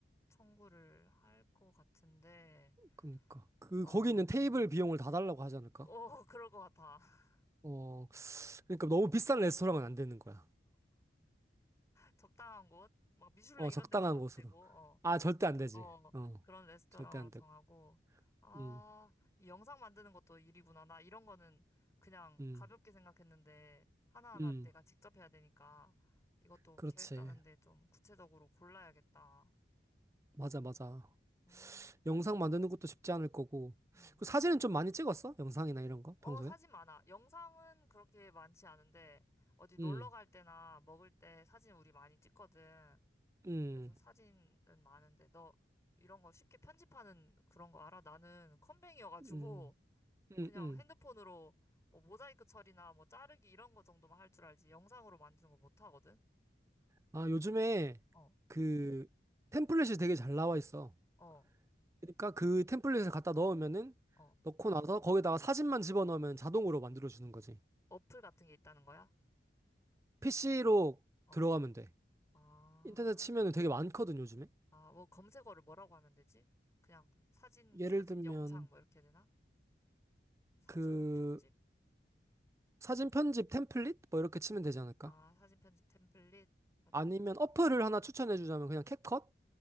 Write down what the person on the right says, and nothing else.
그니까. 그,
거기 있는 테이블 비용을 다 달라고 하지 않을까?
어, 그러니까 너무 비싼 레스토랑은 안 되는 거야.
어,
적당한
곳으로.
아, 절대 안 되지.
어,
절대 안
되고.
음,
음,
음,
그렇지.
맞아, 맞아.
영상 만드는 것도 쉽지 않을 거고.
그 사진은 좀 많이 찍었어? 영상이나 이런 거
평소에?
음,
음,
음,
음, 음.
아, 요즘에
그 템플릿이 되게 잘 나와 있어.
그러니까 그 템플릿을 갖다 넣으면은
넣고 나서 거기다가 사진만 집어넣으면 자동으로 만들어주는 거지.
PC로
들어가면 돼.
인터넷 치면은 되게 많거든, 요즘에.
예를
들면
그
사진 편집 템플릿 뭐 이렇게 치면 되지 않을까?
아니면 어플을 하나 추천해 주자면 그냥 캡컷?